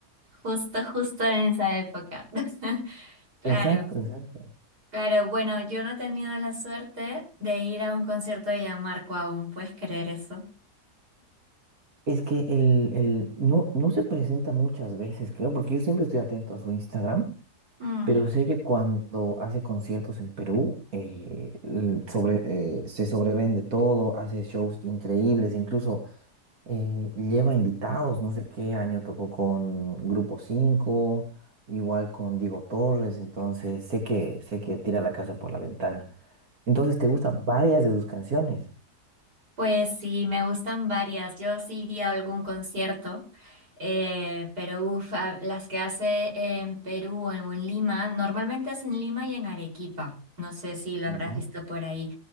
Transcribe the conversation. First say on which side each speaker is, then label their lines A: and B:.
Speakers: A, on the right; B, on the right.
A: Justo, justo en esa época. <laughs> Claro,
B: Exacto, exacto.
A: claro. Bueno, yo no he tenido la suerte de ir a un concierto de Gianmarco aún, ¿puedes creer eso?
B: Es que el, el- no, no se presenta muchas veces, creo, porque yo siempre estoy atento a su Instagram,
A: Mm.
B: pero sé que cuando hace conciertos en Perú, eh, l- sobre, eh, se sobrevende todo, hace shows increíbles, incluso eh, lleva invitados, no sé qué año tocó con Grupo 5, igual con Diego Torres, entonces sé que, sé que tira la casa por la ventana. Entonces te gustan varias de sus canciones.
A: Pues sí, me gustan varias. Yo sí iría a algún concierto, eh, pero uf, a- las que hace en Perú o en Lima, normalmente es en Lima y en Arequipa. No sé si lo
B: Mira,
A: habrás visto por ahí.